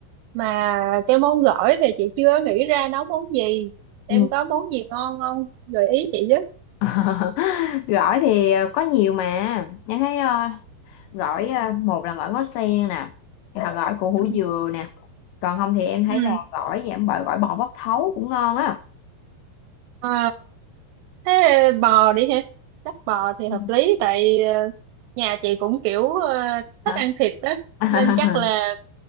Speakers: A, on the right (about 80°); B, on the left (about 85°).
A: mà cái món gỏi thì chị chưa nghĩ ra nấu món gì em
B: Ừ.
A: có món gì ngon không gợi ý chị với
B: <laughs> gỏi thì ờ, có nhiều mà Nhân thấy ờ, gỏi ờ, một là gỏi ngó sen nè hoặc gỏi củ hủ
A: Ừ.
B: dừa nè còn không thì em thấy
A: Ừ.
B: là gỏi giảm bợ gỏi bò bóc thấu cũng ngon á
A: Ờ, thế bò đi ha chắc bò thì hợp
B: Ừ.
A: lý tại ờ, nhà chị cũng kiểu ờ,
B: hả
A: thích ăn thịt đó
B: <laughs>
A: nên chắc là